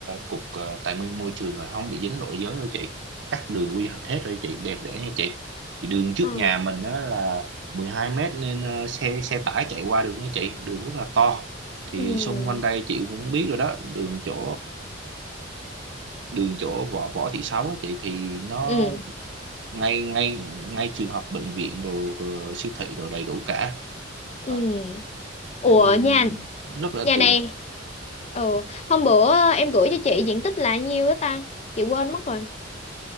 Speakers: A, on the right; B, on the left.
A: cục ờ, tài nguyên môi trường rồi không bị dính lỗi giới đâu chị cắt đường quy hoạch hết rồi chị đẹp đẽ nha chị thì đường trước
B: Ờ.
A: nhà mình đó là 12 mét nên ờ, xe xe tải chạy qua được nha chị đường rất là to thì
B: Ừ.
A: xung quanh đây chị cũng biết rồi đó đường chỗ đường chỗ võ võ thị sáu á chị thì nó
B: Ừ.
A: ngay ngay ngay trường học bệnh viện đồ rồi siêu thị đồ đầy đủ cả
B: Ừ.
A: Ờ,
B: Ủa
A: nên mình
B: nhà
A: rất là
B: nhà
A: tiện
B: này ừ. Hôm bữa em gửi cho chị diện tích là nhiêu đó ta? Chị quên mất rồi.